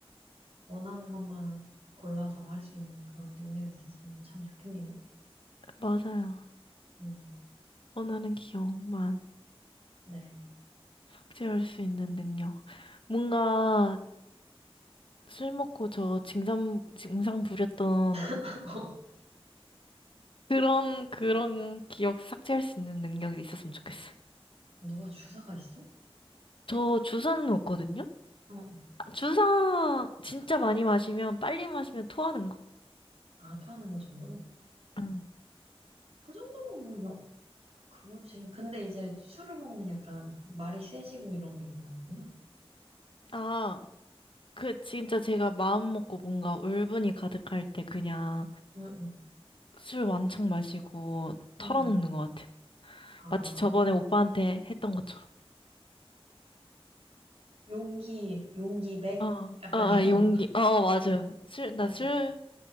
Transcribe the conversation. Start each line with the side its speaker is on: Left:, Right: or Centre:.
Right: 원하는 것만 골라서 할 수 있는 그런 능력이 있었으면 참 좋겠네요.
Left: 맞아요.
Right: 음,
Left: 원하는 기억만
Right: 네.
Left: 삭제할 수 있는 능력. 뭔가 술 먹고 저 증상, 증상 부렸던
Right: <laughs>
Left: 그런, 그런 기억 삭제할 수 있는 능력이 있었으면 좋겠어요.
Right: 누가 주사가 있어? 어,
Left: 저 주사는 없거든요?
Right: 어.
Left: 아, 주사 진짜 많이 마시면, 빨리 마시면 토하는 거?
Right: 아, 토하는 거 정도?
Left: 응.
Right: 그 정도면 뭐, 여, 그거지. 근데 이제 술을 먹으면 약간 말이 세지고 이런 게 있나 보구나.
Left: 아. 그 진짜 제가 마음 먹고 뭔가 울분이 가득할 때 그냥
Right: 응, 응,
Left: 술 왕창 마시고 털어놓는
Right: 응, 응.
Left: 것 같아요.
Right: 아,
Left: 마치 저번에 오빠한테 했던 것처럼.
Right: 용기, 용기 백,
Left: 어,
Right: 약간
Left: 어, 어,
Right: 이런 <laughs>
Left: 용기.
Right: 건가?
Left: 어, 어, 맞아요. 술, 나
Right: 응,
Left: 술,